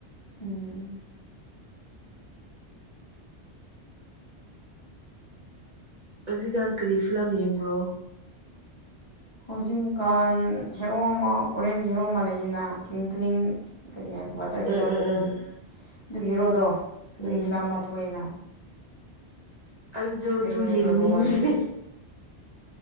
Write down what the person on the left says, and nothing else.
ꯎꯝ
ꯍꯧꯖꯤꯛꯀꯥꯟ ꯍꯦꯔꯣ ꯑꯃ ꯀꯣꯔꯤꯌꯥꯟꯒꯤ ꯍꯦꯔꯣ ꯑꯃ ꯂꯩꯌꯦꯅ ꯇ꯭ꯋꯤꯡꯀ꯭ꯂꯤꯡ ꯀꯔꯤ ꯍꯥꯏꯕ ꯋꯥꯇꯔꯃꯤꯂꯣꯟꯗꯨꯒꯤ
ꯑꯗꯨꯒꯤ ꯍꯦꯔꯣꯗꯣ ꯑꯗꯨꯒꯤ
ꯐꯤꯂꯝ ꯃꯥꯊꯣꯏꯅ
ꯀꯔꯤ ꯍꯥꯏꯕ꯭ꯔꯥ
ꯔꯣ ꯍꯥꯏꯕ꯭ꯔꯥ